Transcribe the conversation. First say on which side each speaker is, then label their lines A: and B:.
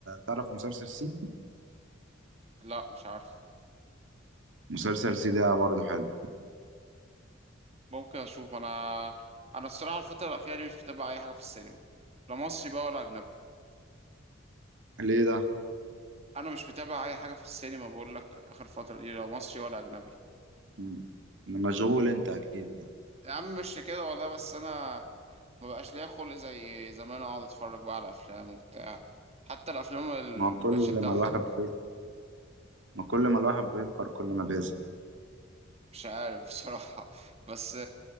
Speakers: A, on the right; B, on the right.
A: تعرف مسلسل سي
B: لا مش عارف
A: مسلسل سي ده برضه حلو
B: ممكن اشوف انا انا الصراحه الفتره الاخيره دي مش متابع اي حاجه في السينما لا مصري بقى ولا اجنبي
A: ليه ده
B: انا مش متابع اي حاجه في السينما بقول لك اخر فتره دي لا مصري ولا اجنبي
A: مم. مشغول انت اكيد
B: يا عم مش كده والله بس انا ما بقاش ليا خلق زي زمان اقعد اتفرج بقى على افلام وبتاع حتى الافلام اللي
A: ما
B: مبقتش
A: كل
B: تضحك
A: ما الواحد بي... ما كل ما الواحد بيكبر كل ما بيزهق
B: مش عارف بصراحه <laughs> بس